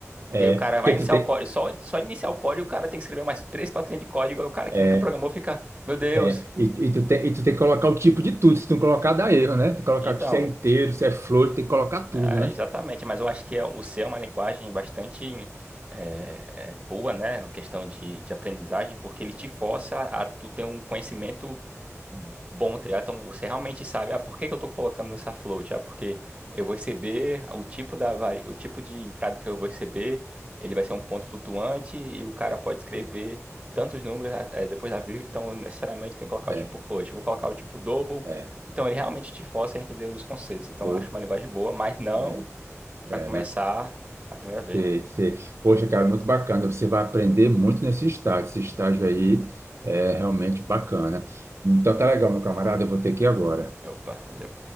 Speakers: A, on the right (about 55°); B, on the right (about 25°).
A: É,
B: Porque o cara
A: porque
B: vai iniciar
A: tu tem.
B: o código, só, só iniciar o código, o cara tem que escrever mais três, quatro linhas de código, aí o cara que
A: É,
B: nunca programou fica, meu Deus.
A: é, e, e tu tem, e tu tem que colocar o tipo de tudo. Se tu não colocar, dá erro, né? Tem que colocar
B: Então.
A: se é inteiro, se é flor, tem que colocar tudo,
B: É,
A: né?
B: exatamente, mas eu acho que é- um, o C é uma linguagem bastante é, é, boa, né, na questão de, de aprendizagem, porque ele te força a tu ter um conhecimento bom triar, então você realmente sabe, ah, por que que eu estou colocando nessa float? Ah, porque eu vou receber o tipo da vari... o tipo de entrada que eu vou receber, ele vai ser um ponto flutuante e o cara pode escrever tantos números ah, eh, depois da vírgula, então necessariamente tem que colocar
A: É,
B: o tipo float. Eu vou colocar o tipo double,
A: é.
B: então ele realmente te força a entender os conceitos. Então
A: Pô,
B: eu acho uma linguagem boa, mas não
A: é,
B: para
A: é,
B: começar
A: né?
B: a primeira vez,
A: Sei,
B: né?
A: sei. Poxa, cara, muito bacana. Você vai aprender muito nesse estágio. Esse estágio aí é realmente bacana. Então
B: Exatamente.
A: tá legal, meu camarada. Eu vou ter que ir agora.
B: Opa, valeu.